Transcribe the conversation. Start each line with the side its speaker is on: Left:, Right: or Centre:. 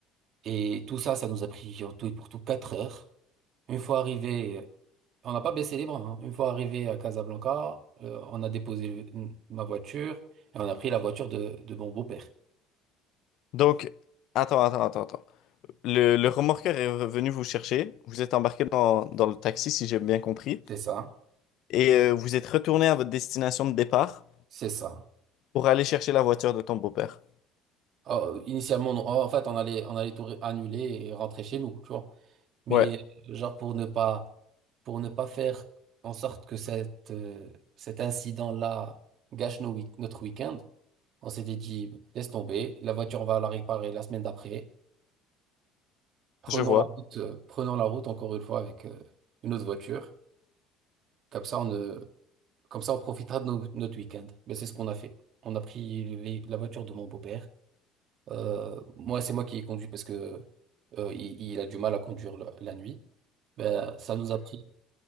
Right: Et tout ça, ça nous a pris en tout et pour tout 4 heures. Une fois arrivé, on n'a pas baissé les bras. hein. Une fois arrivé à Casablanca, euh, on a déposé le- ma voiture et on a pris la voiture de, de mon beau-père.
Left: Donc, attends, attends, attends, attends. Le, le remorqueur est venu vous chercher. Vous êtes embarqué dans, dans le taxi, si j'ai bien compris.
Right: C'est ça,
Left: Et euh, vous êtes retourné à votre destination de départ
Right: c'est ça.
Left: pour aller chercher la voiture de ton beau-père.
Right: Oh, initialement, non. Oh, en fait, on allait, on allait tout ré- annuler et rentrer chez nous, tu vois. Mais
Left: Ouais,
Right: genre pour ne pas, pour ne pas faire en sorte que cette, euh, cet incident-là gâche nos week- notre week-end, on s'était dit, laisse tomber, la voiture, on va la réparer la semaine d'après. Prenons
Left: je vois.
Right: la route, euh, prenons la route encore une fois avec euh, une autre voiture. Comme ça, on, ne- comme ça, on profitera de no- notre week-end. Mais c'est ce qu'on a fait. On a pris le vé- la voiture de mon beau-père. Euh, moi, c'est moi qui ai conduit parce que euh, il, il a du mal à conduire la, la nuit. Ben, ça nous a pris